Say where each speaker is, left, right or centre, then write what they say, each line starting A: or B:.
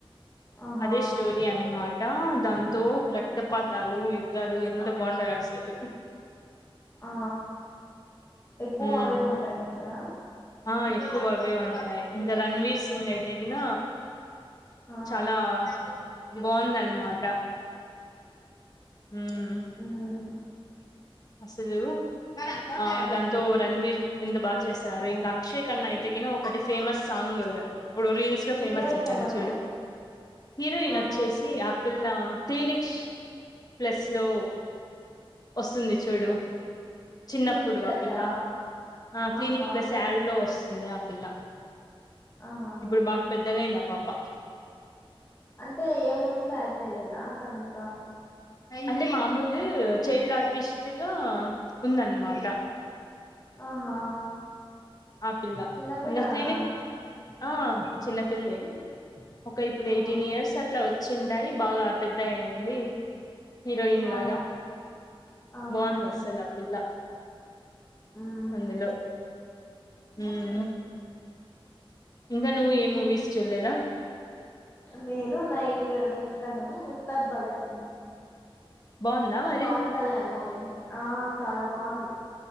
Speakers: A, on the left (about 25°); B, on the left (about 40°).
A: ఆహా
B: అదీ స్టోరి అందమాట టాన్ దాంతో రక్త పాతాలు యుద్ధాలు ఎంత బావుంటాయి అసలు
A: ఆ ఎక్కువ
B: ఉమ్
A: అవే ఉంటాయేమో కదా
B: ఆ ఎక్కువవే ఉంటాయి ఇంకా రణ్వీర్ సింగ్ అయితేగిన
A: ఆ
B: చాలా బావుందన్నమాట మ్
A: ఉమ్
B: అసలు ఆ దాంతో రణవీర్ ఇంత బాగా చేశారు ఇంకా అక్షయ కన్నా అయితే గిన ఒకటి ఫేమస్ సాంగ్ ఇప్పుడు రీల్స్ లో
A: హీరోయిన్
B: ఫేమస్ అయితాంది
A: ఎవరు
B: చూడు హీరోయిన్
A: ఆ
B: వచ్చేసి ఆపిల్ల క్లినిక్స్ ప్లస్ లో వస్తుంది చూడు చిన్నప్పుడు
A: క్లినిక్ ప్లసా
B: ఆ పిల్ల ఆ క్లినిక్
A: ఆహా
B: ప్లస్ యాడ్ లో వస్తుంది ఆ పిల్ల
A: ఆహా
B: ఇప్పుడు మాకు పెద్ద గాయ్యింద పాప
A: అంటే ఏ మూవీస్ లో యాక్ట్ చేయలేదా తను ఇంకా
B: అంటే మామూలు చైల్డ్ ఆర్టిస్టుగా ఉందన్నమాట
A: ఆహా
B: ఆపిల్ల
A: చిన్నపిల్లనా
B: మల్ల క్లినిక్ ఆ చిన్నపిల్లె ఒక ఇప్పుడు
A: ఆ
B: ఎయిటీన్ ఇయర్స్ అట్లా వచ్చి ఉంటయి బాగా పెద్ద అయింది హీరోయిన్
A: ఆ
B: లాగా
A: ఆహా
B: బావుందస్సలపిల్ల
A: మ్మ్
B: అందులో మ్.. ఇంక నువ్వు ఏ మూవీస్ చూడలేదా
A: నేను నైట్ చూస్తాను ఉస్తాద్ భగత్ సింగ్
B: బావుందా మరి
A: పవన్ కళ్యాణ్ ఆ చాలా బావుంది